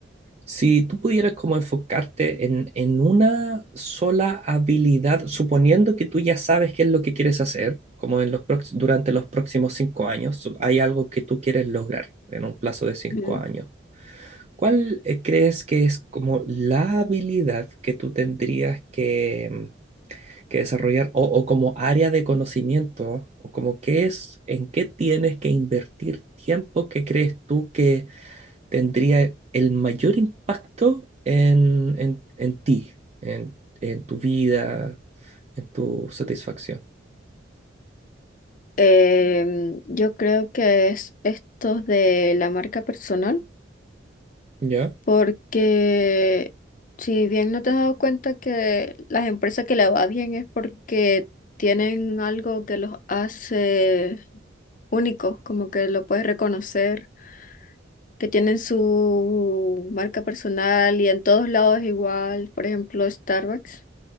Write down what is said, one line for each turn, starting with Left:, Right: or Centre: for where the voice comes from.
Right: Si tú pudieras como enfocarte en, en una sola habilidad, suponiendo que tú ya sabes qué es lo que quieres hacer, como en los prox- durante los próximos cinco años, su- hay algo que tú quieres lograr en un plazo de cinco
Left: Ujú.
Right: años. ¿Cuál eh, crees que es como la habilidad que tú tendrías que, mm, que desarrollar o, o como área de conocimiento o como qué es, en qué tienes que invertir tiempo que crees tú que tendría el mayor impacto en, en- en ti, en, en tu vida, en tu satisfacción.
Left: Em, yo creo que es esto de la marca personal,
Right: Ya,
Left: porque si bien no te has dado cuenta que las empresas que le va bien es porque tienen algo que los hace únicos, como que lo puedes reconocer, que tienen su marca personal y en todos lados es igual, por ejemplo, Starbucks.